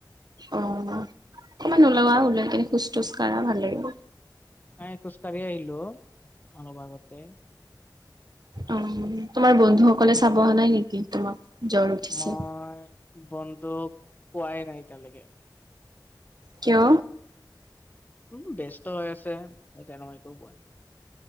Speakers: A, on the right; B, on the left.
A: অ অকমান ওলোৱা ওলাই কিনে খোজ তোজ কাঢ়া ভাল লাগিব
B: নাই খোজ কাঢ়িয়েই আহিলোঁ অ অলপ আগতে
A: অ তোমাৰ বন্ধুসকলে চাব অহা নাই নেকি তোমাক জ্বৰ উঠিছে
B: মই বন্ধুক কোৱাই নাই এতিয়ালৈকে
A: কিয়
B: উম ব্যস্ত হৈ আছে সেইকাৰণে মই একো কোৱা নাই